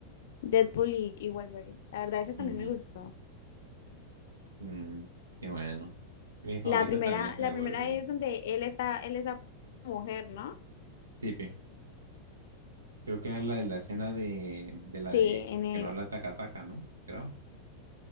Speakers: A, on the left; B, on the right.
A: Deadpool y, y Wolverine. La verdad, esa también
B: Mm.
A: me gustó.
B: Mm, qué bueno. Mi favorita
A: La primera,
B: también es la
A: la
B: de Wolverine.
A: primera es donde él está, él es la mujer, ¿no?
B: Sí, pi. Creo que es la de la escena de, de la
A: Sí,
B: de
A: en el...
B: que no habla taca taca, ¿no? Creo.